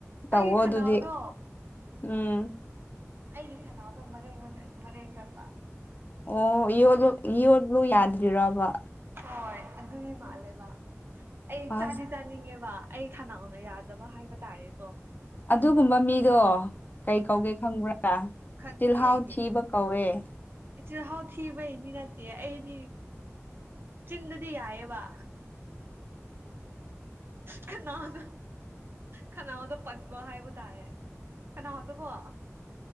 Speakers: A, on the left; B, on the right.
A: ꯇꯧꯋꯣ
B: ꯑꯩꯒꯤ ꯈꯅꯥꯎꯗꯣ
A: ꯑꯗꯨꯗꯤ ꯎꯝ
B: ꯑꯩꯒꯤ ꯈꯅꯥꯎꯗꯣ ꯃꯔꯦꯡ ꯆꯠꯄ
A: ꯑꯣꯣꯂꯨ ꯌꯣꯜꯂꯨ ꯌꯥꯗ꯭ꯔꯤꯔꯕ
B: ꯍꯣꯏ ꯑꯗꯨꯒꯤ ꯃꯥꯜꯂꯦꯕ ꯑꯩ
A: ꯑꯁ
B: ꯆꯥꯗꯤ ꯆꯥꯅꯤꯡꯉꯦꯕ ꯑꯩ ꯈꯅꯥꯅ ꯌꯥꯗꯕ ꯍꯥꯏꯕ ꯇꯥꯔꯦꯀꯣ
A: ꯑꯗꯨꯒꯨꯝꯕ ꯃꯤꯗꯣ ꯀꯩ ꯀꯧꯒꯦ ꯈꯪꯕ꯭ꯔꯥ
B: ꯈꯪꯗꯦ
A: ꯇꯤꯜꯍꯥꯎ
B: ꯑꯩꯗꯤ
A: ꯊꯤꯕ ꯀꯧ ꯍꯑꯦ
B: ꯆꯤꯜꯍꯥꯎ ꯊꯤꯕꯩꯅꯤ ꯅꯗꯤꯦ ꯑꯩꯗꯤ ꯆꯤꯟꯗꯗꯤ ꯌꯥꯌꯦ ꯋꯥ ꯀꯅꯥꯅ ꯀꯅꯥꯎꯗ ꯄꯟꯕ ꯍꯥꯏꯕ ꯇꯥꯔꯦ ꯀꯅꯥꯗꯀꯣ